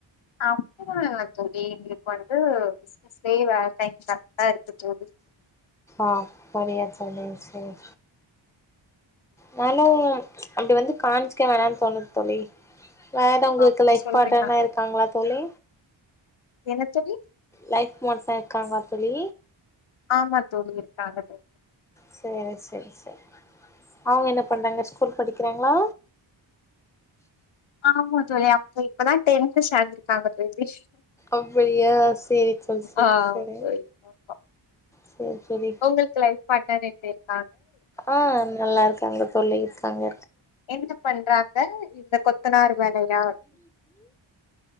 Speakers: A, on the left (about 75°); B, in the centre.
A: அப்டிலா இல்ல தோழி எங்களுக்கு வந்து பிசினஸ்லயே வேல டைட்டாதா இருக்கு தோழி
B: அப்படியா தோழி செர் நானும் அப்டி வந்து கான்ச்சுக்க வேணானு தோணுது தோழி வேற உங்களுக்கு
A: அப்டி
B: லைஃப்
A: சொல்றீங்களா
B: பார்ட்னர்னா இருக்காங்களா தோழி
A: என்ன தோழி
B: லைஃப் மாட்ஸ்லா இருக்காங்களா தோழி
A: ஆமா தோழி இருக் காங்க தோழி
B: செரி செரி செர் அவங்க என்ன பண்றாங்க ஸ்கூல் படிக்கிறாங்களா
A: ஆமா தோழி அ இப்பதா டென்து ஷாந்துருக்காங்க தோழி
B: அப்படியா சேரி தோழி சேரி
A: ஆ
B: சேரி
A: தோழி ஆமா
B: சேரி தோழி
A: ஒங்கள்க்கு லைஃப் பாட்னர் எப்டி இருக்
B: ஆ நல்லாருக்காங்க தொல்லை இர்க்காங்க
A: என்ன பண்றாங்க இந்தக் கொத்தனார் வேலயா